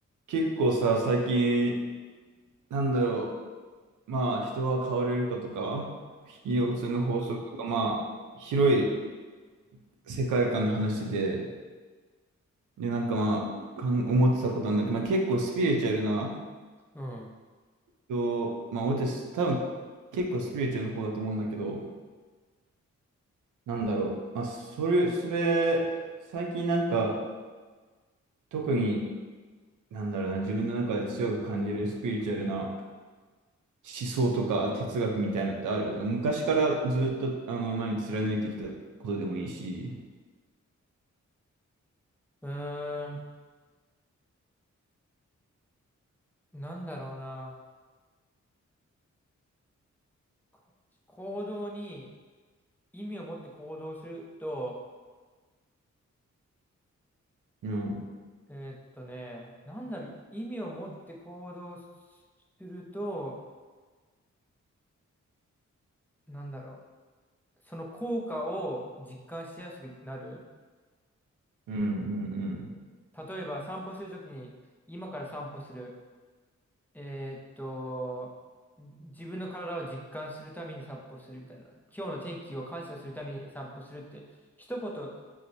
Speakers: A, on the right; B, in the centre.
A: 結構さ、最近、なんだろう、まあ、人は変われるかとか、引き寄せの法則とか、
B: うん。
A: まあ、広い世界観で話してて、で、なんかまあ、かん思ってたことなんだけど、まあ、結構スピリチュアルな
B: うん。
A: 人、まあ、私、多分結構スピリチュアルの方だと思うんだけど、なんだろう、まあ、それ、それ、最近なんか、特に、なんだろうな、自分の中で強く感じるスピリチュアルな思想とか哲学みたいなのってある昔からずっと、あの、何、貫いてきたことでもいいし。
B: うーん。なんだろうな。か行動に意味を持って行動すると、
A: うん、うん、
B: えーっとね、なんだろう、意味を持って行動すると、なんだろう、その効果を実感しやすくなる。
A: うん、
B: 例えば散歩するときに、今から散歩する。えーっと、自分の体を実感するために散歩するみたいな。今日の天気を感謝するために散歩するって、一言